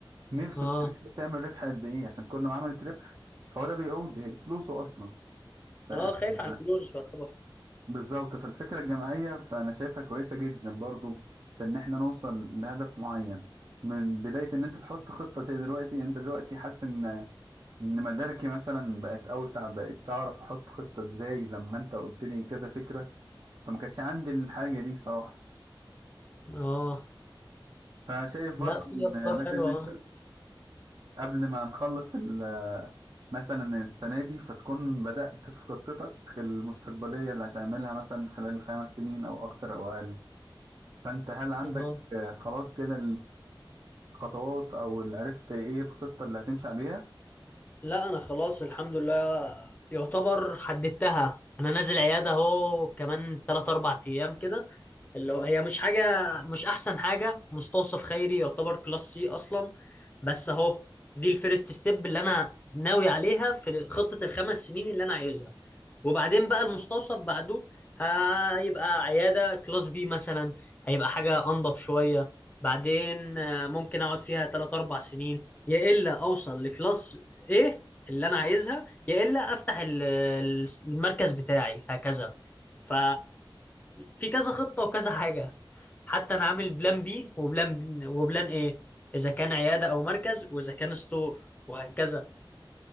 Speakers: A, on the right; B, on the left.
A: نفسه
B: اه
A: الشركه تعمل ربح قد ايه عشان كل ما عملت ربح فهو ده بيعود هي دي فلوسه اصلا ف- <laughs>
B: اه خايف على الفلوس يعتبر
A: بالظبط فالفكره الجماعيه فانا شايفها كويسه جدا برضو في ان احنا نوصل لهدف معين من بدايه ان انت تحط خطه زي دلوقتي انت دلوقتي حاسس ان ان مداركي مثلا بقت اوسع بقت تعرف احط خطه ازاي لما انت قلت لي كذا فكره فما كانتش عندي الحاجة دي صراحة
B: اه
A: فشايف برضه
B: لا في
A: إن
B: افكار
A: لازم
B: حلوة اه
A: أنت قبل ما نخلص ال- مثلا السنة دي فتكون بدأت في خطتك المستقبلية اللي هتعملها مثلا خلال الخمس سنين أو أكتر أو أقل فأنت هل عندك
B: اه
A: آه، خلاص كده الخطوات أو اللي عرفت إيه الخطة اللي هتمشي عليها؟
B: لا انا خلاص الحمد لله يعتبر حددتها انا نازل عياده اهو كمان 3 4 ايام كده اللي هو هي مش حاجه مش احسن حاجه مستوصف خيري يعتبر كلاس سي اصلا بس اهو دي الفيرست ستيب اللي انا ناوي عليها في خطه الخمس سنين اللي انا عايزها وبعدين بقى المستوصف بعده هيبقى عياده كلاس بي مثلا هيبقى حاجه انضف شويه بعدين آه، ممكن اقعد فيها 3 4 سنين يا الا اوصل لكلاس ايه اللي انا عايزها يا الا افتح ال- ال- المركز بتاعي هكذا ف في كذا خطة وكذا حاجة حتى انا عامل بلان بي وبلان وبلان ايه اذا كان عيادة او مركز واذا كان ستور وهكذا